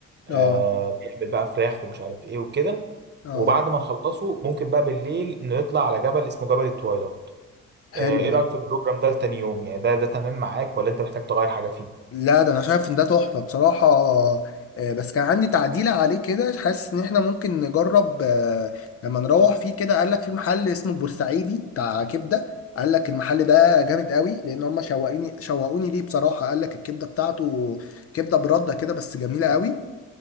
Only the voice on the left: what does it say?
اه
اه
حلو
ده
لا ده انا شايف ان ده تحفه بصراحه آه، بس كان عندي تعديل عليه كده حاسس ان احنا ممكن نجرب آه، لما نروح فيه كده قال لك في محل اسمه بورسعيدي بتاع كبده قال لك المحل ده جامد قوي لان هم شوقوني شوقوني ليه بصراحه قال لك الكبده بتاعته كبده برده كده بس جميله قوي